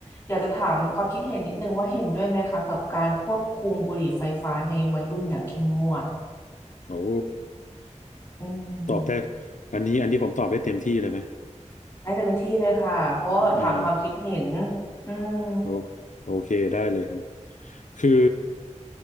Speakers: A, on the left; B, on the left.
A: อยากจะถามความคิดเห็นนิดนึงว่าเห็นด้วยไหมคะกับการควบคุมบุหรี่ไฟฟ้าในวัยรุ่นอย่างเข้มงวด
B: โอ้
A: อืม
B: ตอบได้อันนี้ อันนี้ผมตอบได้เต็มที่เลยไหม
A: ได้เต็มที่เลยค่ะเพราะว่าแบบถามความคิดเห็น
B: อ่า
A: อืม
B: โอโอเคได้เลยครับคือ